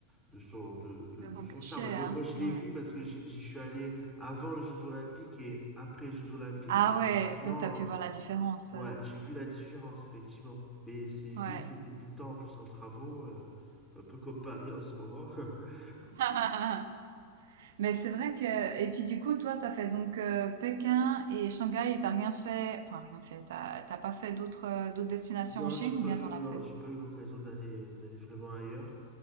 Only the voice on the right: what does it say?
le
vent
caché,
hein,
ouais.
Ah
ouais, donc t'as pu
voir la différence,
ouais.
<laughs> Mais c'est vrai que, et puis du coup, toi, t'as fait donc euh, Pékin et Shanghai et t'as rien fait, enfin rien fait, t'as t'as pas fait d'autres euh, d'autres destinations
en Chine
ou bien
t'en as
fait?